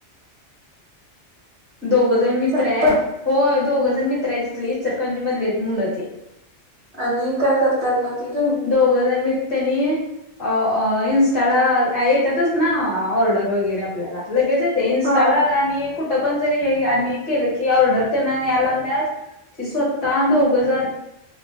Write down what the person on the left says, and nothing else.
दोघ जण मित्र
आहेत होय दोघजण मित्र आहेत तिथली इचलंकरजी मधलीयत मुलं ती
दोघं जण मित्तनी अ अ इंस्टाला आ येतातच ना ऑर्डर वगैरे आपल्याला लगेच येतय इंस्टाला
आणी कुठं पण जरी हे आणि केलं की ऑर्डर त्यांना यायला लागल्यात ते स्वतः दोघजण